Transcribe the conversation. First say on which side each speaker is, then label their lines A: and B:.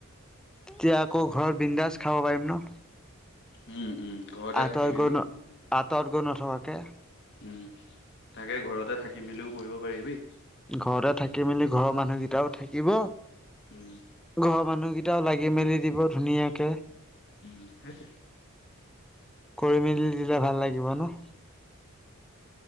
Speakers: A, in the centre; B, on the left.
A: তেতিয়া আকৌ ঘৰত বিন্দাজ খাব পাৰিম ন?
B: হুম। ও ঘৰতে
A: আঁতৰত
B: থাকি মেলি
A: গৈ ন আঁতৰত গৈ নথকাকে
B: উম। তাকে ঘৰতে থাকি মেলিও পঢ়িব পাৰিবি।
A: ঘৰতে থাকি মেলি ঘৰৰ মানুহকেইটাও থাকিব
B: উম।
A: ঘৰৰ মানুহকেইটাও লাগি মেলি দিব ধুনীয়াকে
B: উম, সেইটোৱে
A: কৰি মেলি দিলে ভাল লাগিব ন